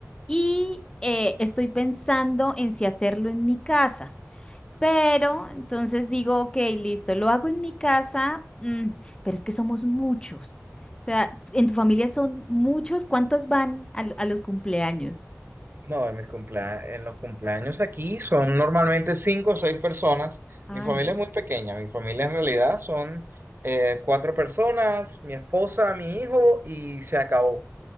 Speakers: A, on the left; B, on the right.
A: y eh, estoy pensando en si hacerlo en mi casa. Pero entonces digo, ok, listo, lo hago en mi casa, mm, pero es que somos muchos. O sea, en tu familia son muchos, ¿cuántos van al- a, los cumpleaños?
B: No, en mis cumplea- en los cumpleaños aquí son normalmente cinco o seis personas.
A: Ah,
B: Mi familia
A: no.
B: es muy pequeña, mi familia en realidad son eh, cuatro personas, mi esposa, mi hijo y se acabó.